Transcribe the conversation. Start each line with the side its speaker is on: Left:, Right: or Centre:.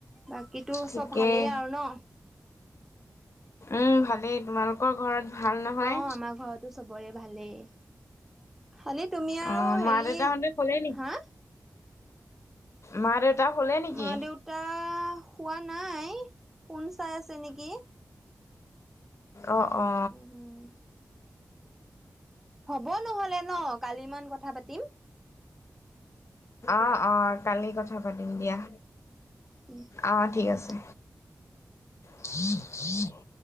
Centre: বাকীতো
Left: ঠিকেই।
Centre: চব ভালেই আৰু ন।
Left: উম ভালেই তোমালোকৰ ঘৰত ভাল নহয়?
Centre: অ আমাৰ ঘৰতো চবৰে ভালেই। খালি তুমি আৰু
Left: অ
Centre: হেৰি
Left: মা দেউতা হতে শুলে নেকি?
Centre: হা
Left: মা দেউতা শুলে নেকি?
Centre: মা দেউতা সোৱা নাই। ফোন চাই আছে নেকি?
Left: অ, অ
Centre: উম হ'ব নহলে ন কালি মান কথা পাতিম।
Left: অ অ কালি কথা পাতিম দিয়া
Centre: উম
Left: অহ ঠিক
Centre: অ
Left: আছে। <unintelligible>